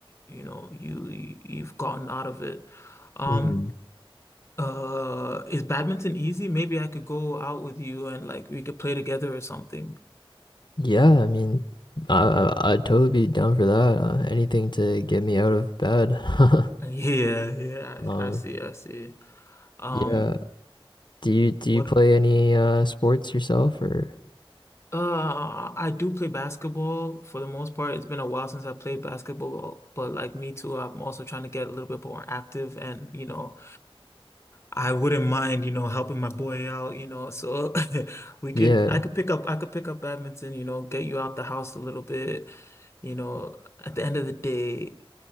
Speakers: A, on the left; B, on the left.
A: you know, you you- you've gotten out of it. Um,
B: hmm
A: uh, is badminton easy? Maybe I could go out with you and like we could play together or something.
B: Yeah, I mean I I- I'd totally be down for that. Uh, anything to get me out of bed. <laughs>
A: Yeah, yeah,
B: Um
A: I, I see, I see. Um,
B: yeah. Do you do
A: what?
B: you play any uh sports yourself or
A: Uh, I do play basketball for the most part. It's been a while since I played basketball, but like me too, I'm also trying to get a little bit more active and, you know, I wouldn't mind, you know, helping my boy out, you know. So <laughs> we
B: yeah.
A: could I could pick up I could pick up badminton, you know, get you out the house a little bit, you know. At the end of the day,